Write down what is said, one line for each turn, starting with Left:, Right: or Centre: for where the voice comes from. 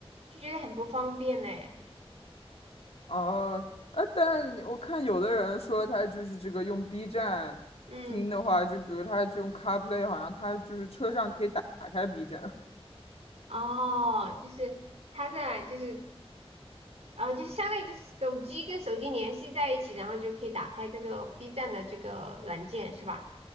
Right: 就觉得很不方便呢。
Left: 哦，呃，但我看有的人说他就是这个用 B 站听的话，
Right: 嗯。
Left: 就比如他就用 CarPlay，好像他就是车上可以打打开 B 站。
Right: 哦，就是它在，就是呃，就是相当于就是手机跟手机联系在一起，然后就可以打开这个 B 站的这个软件，是吧？